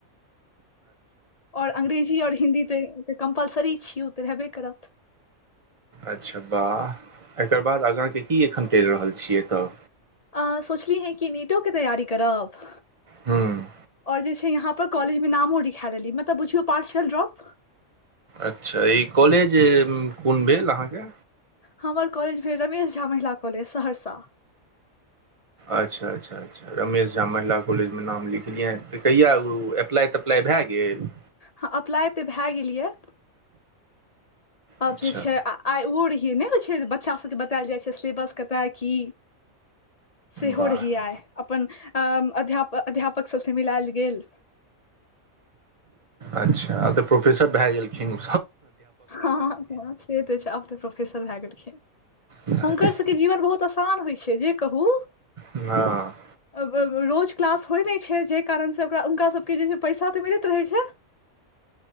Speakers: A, on the left; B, on the right.
A: और अंग्रेजी और हिन्दी तऽ कम्पलसरी छिय उ तऽ रहबे करत
B: अच्छा वाह एकर बाद आगाँ के की एखन कैर रहल छियै तऽ
A: अ सोचली हे कि नीटोे तैयारी करब
B: ह्म
A: और जे छै यहाँ कॉलेज मे नामो लिखा लेली मतलब बुझियौ पार्सल ड्रॉप
B: अच्छा ई कॉलेज कोन भेल अहाँके
A: हमर कॉलेज भेल रमेश झा महिला कॉलेज सहरसा
B: अच्छा अच्छा अच्छा रमेश झा महिला कॉलेज मे नाम लिखलियै त कहिया अप्लाई तप्लाई भए गेल
A: हँ अप्लाय तऽ भए गेल यै आब
B: अच्छा
A: जे छै आ आइ ओहो रहियै नहि होइ छै बच्चासभके बतायल जाइ छै सिलेबस कतय की सेहो
B: वाह
A: रहियै आइ अपन अ्म अध्याप अध्यापक सबसँ मिलाएल गेल
B: अच्छा आब तऽ प्रोफेसर भए गेलखिन उ
A: हँ ह ह से तऽ छै आब तऽ प्रोफेसर भए गेलखिन
B: अच्छा,
A: हुनकर सभके जीवन बहुत आसान होइत छै जे कहू
B: हँ
A: अब अब रोज क्लास होइ नहि छै जेहि कारणसँ ओकरा हुनका सबके जेछै पैसा तऽ मिलैत रहै छै